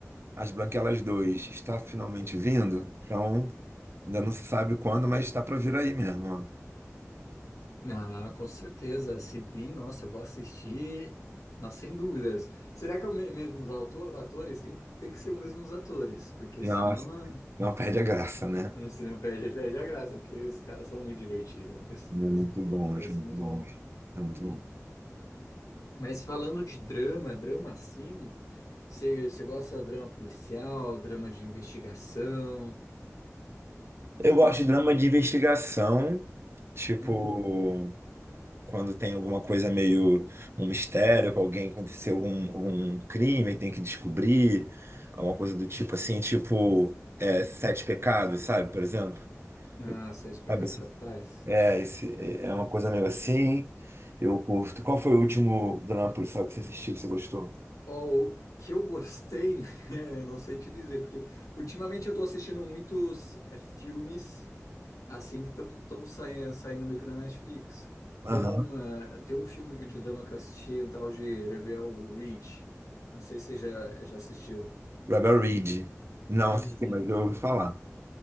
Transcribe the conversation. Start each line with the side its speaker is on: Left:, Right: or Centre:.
Right: As Branquelas dois está finalmente vindo, então ainda não se sabe quando, mas está para vir aí mesmo. ó.
Left: Ah, com certeza. Se vir, nossa, eu vou assistir. Nossa, sem dúvidas. Será que é o me- mesmo os auto- atores? Tem, que- tem que ser os mesmos atores, porque
Right: Nossa,
Left: senão, ah,
Right: não perde a graça, né?
Left: né, senão perde, perde a graça, porque os caras são muito divertidos, meu
Right: Muito
Left: Deus. Os
Right: bom,
Left: caras
Right: gente,
Left: são
Right: muito
Left: muito
Right: bom.
Left: bons.
Right: É muito
Left: Hum,
Right: bom.
Left: Mas falando de drama, drama assim, você você gosta de drama policial, drama de investigação?
Right: Eu gosto de drama de investigação, tipo,
Left: Hum.
Right: quando tem alguma coisa meio um mistério, que alguém aconteceu algum, algum crime e tem que descobrir, alguma coisa do tipo assim, tipo, é, Sete Pecados, sabe, por exemplo?
Left: Ah,
Right: Eu-
Left: Sete Pecados
Right: Sabe, assim,
Left: Capitais.
Right: É, esse, é é uma coisa meio assim. Eu curto. Qual foi o último drama policial que você assistiu, que você gostou?
Left: Ó, o que eu gostei, <laughs> eu não sei te dizer, porque ultimamente eu tô assistindo muitos é, filmes assim que estão saindo, saindo meio que na Netflix.
Right: Aham.
Left: Tem um, ah, tem um filme de drama que eu assisti, um tal de Rebel Reach. Não sei se você já, já assistiu.
Right: Rebel Reed. Não
Left: Uhum.
Right: assisti, mas eu ouvi falar.